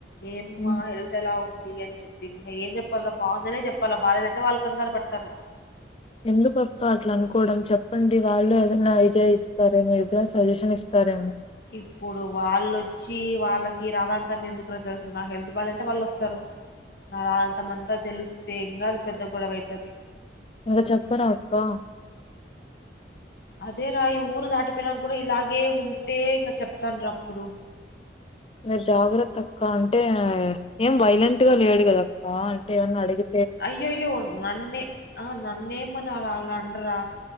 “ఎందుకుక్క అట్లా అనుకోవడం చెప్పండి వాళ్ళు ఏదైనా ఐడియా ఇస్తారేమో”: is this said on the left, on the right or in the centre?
Left